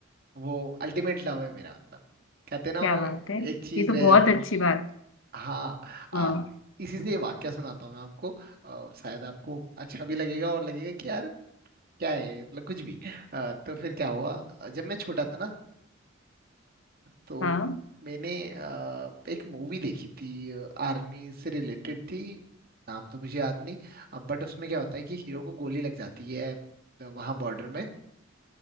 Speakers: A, on the right (about 50°); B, on the left (about 75°).
A: वो अल्टीमेट लव है मेरा मतलब कहते हैं ना
B: क्या
A: वो
B: बात
A: एक
B: है
A: चीज
B: ये तो
A: रह जाती
B: बहुत अच्छी
A: है
B: बात
A: हाँ अ,
B: हाँ
A: इसी से ये वाक्य सुनाता हूँ मैं आपको अ, शायद आपको अच्छा भी लगेगा और लगेगा कि यार क्या है मतलब कुछ भी अ, तो फिर क्या हुआ जब मैं छोटा था ना तो
B: हाँ
A: मैंने अ, एक मूवी देखी थी आर्मी से रिलेटेड थी नाम तो मुझे याद नहीं बट उसमें क्या होता है कि हीरो को गोली लग जाती है वहां बॉर्डर में